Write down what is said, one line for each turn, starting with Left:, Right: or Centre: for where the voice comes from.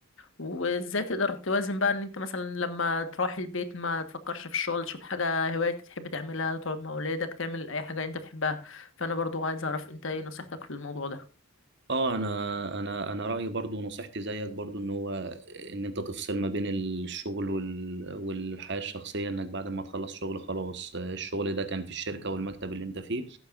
Left: وازاي تقدر توازن بقى ان انت مثلا لما تروح البيت ما تفكرش في الشغل تشوف حاجة هواية تحب تعملها تقعد مع ولادك تعمل اي حاجة انت بتحبها فانا برضو عايز اعرف انت ايه نصيحتك في الموضوع ده
Right: اه انا انا انا رايي برضو نصيحتي زيك برضو ان هو ان انت تفصل ما بين الشغل وال... والحياه الشخصيه انك بعد ما تخلص شغل خلاص آه، الشغل ده كان في الشركه والمكتب اللي انت فيه